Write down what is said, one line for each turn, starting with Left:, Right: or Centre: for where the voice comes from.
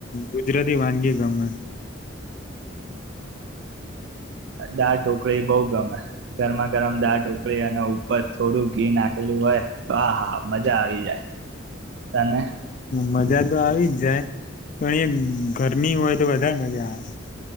Left: ગુજરાતી વાનગી ગમે
Right: દાડ ઢોકળી બઉ ગમે ગરમા ગરમ દા ઢોકળી અને ઉપર થોડું ઘી નાખેલું હોય તો આ હા હા મજા આવી જાય તને
Left: મજા તો આવી જ જાય પણ એ ઘરની હોય તો વધારે મજા આવે